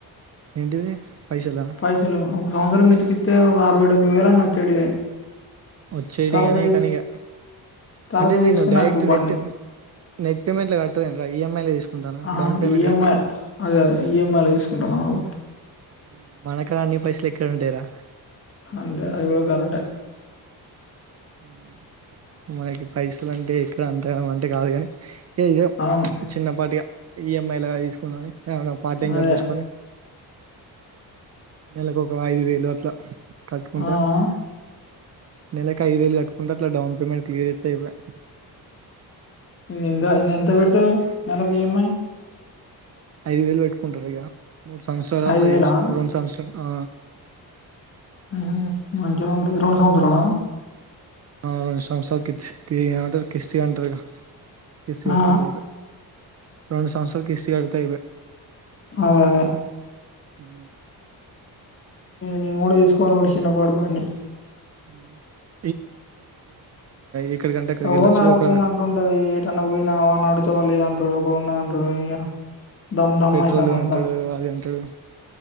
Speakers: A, on the right; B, on the left.
A: ఏంటిది పైసలా
B: పైసలు ఒక సంవత్సరం మిత్కితే ఒక ఓ డెభ్బై వేలు అన్న వచ్చేటివి
A: వచ్చేటి
B: తర్వాత
A: గాని
B: తీసు
A: కానీ ఇగ
B: తరువాత
A: అంటే నేను
B: తీసుకున్న
A: డైరెక్ట్
B: అయిపోవు బండి
A: నెట్ నెట్ పేమెంట్ల కడతలేనురా ఈఎంఐ లో తీసుకుంటానా
B: అహా
A: డౌన్ పేమెంట్
B: ఈఎంఐ
A: కట్టి
B: అదే అదే ఈఎంఐల తీసుకుంటున్నావు
A: మ్ మనకాడ అన్ని పైసలు ఎక్కడ ఉంటాయి రా
B: అంతే అది కూడా కరెక్టే
A: మ్ మనకి పైసలు అంటే ఇక్కడ అంతగనం అంటే కాదు కాని ఇంకే ఇదే
B: అవును
A: చిన్నపాటిగా ఈఎంఐలాగా తీసుకుందాం అని ఏమన్నా పార్ట్ టైం
B: అదే
A: జాబ్ చూసుకొని నెలకు ఒక ఐదు వేలు అట్ల కట్టుకుంటా
B: ఆ ఆ
A: నెలకి ఐదు వేలు కట్టుకుంటే అట్లా డౌన్ పేమెంట్ క్లియర్ చేస్తే అయిపాయే
B: ఎంత ఎంత పెడుతవు నెలకి ఈఎంఐ
A: ఐదు వేలు పెట్టుకుంటారు ఇగ మూడు సంవత్సరాలల్ల
B: ఐదు వేలా
A: చేసుకున్నారు రెండు సంవత్సరాలు ఆ
B: ఉహూ మంచిగా ఉంటది రెండు సంవత్సరాల
A: ఆ రెండు సంవత్సరాలు కిచ్ ఏమంటారు కిస్తీ అంటారు గా కిస్తీ కట్టుకుంటే
B: ఆ
A: అయిపాయే రెండు సంవత్సరాల కిస్తీ కడుతే అయిపా
B: అదే అదే
A: మ్
B: నేను కూడా తీసుకోవాలి ఒటి చిన్న పాటి బండి
A: మ్ ఎక్కడికంటే అక్కడికి
B: అవ్వని
A: వెళ్ళొచ్చు
B: అడగకుండా
A: ఒక
B: అంటుంటది ఏటన్నా పోయినావా అని అడిగితే వాడు లేదని చూడకుండా అంటడు అయ్యా దమ్ దమ్
A: పెట్రోల్
B: అయితాంది అంత
A: అంటాడు అది అంటాడు